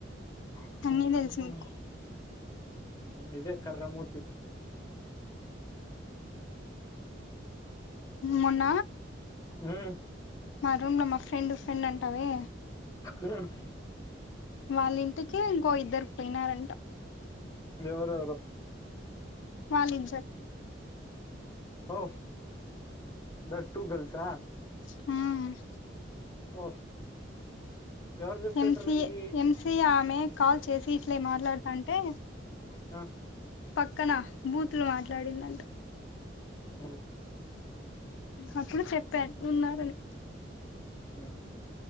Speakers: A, on the left; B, on the left.
A: తెలీదు
B: అన్నీ తెలుసు మీకు
A: ఇదే కర్రమూతి
B: మన్న
A: మ్మ్
B: మ రూమ్లా ఫ్రెండ్ ఫ్రెండ్ అంటావే
A: ఎన్నను
B: వాళ్ళింటికి ఇంకో ఇద్దరు పోయినారంట
A: ఎవరెవరు
B: వాళ్ళు ఇద్దరు
A: ఓ థాట్ టూ గల్సా ఆ
B: హహ్మ్
A: ఓ ఎవరు చెప్పిండ్రు
B: ఎంసి
A: నీకి
B: ఎంసి ఆమె కాల్ చేసి ఇట్లే మాట్లాడుతాంటే
A: ఆ
B: పక్కన బూతులు మాట్లాడిందంట
A: అ
B: అప్పుడు చెప్పాను ఉన్నారని
A: హ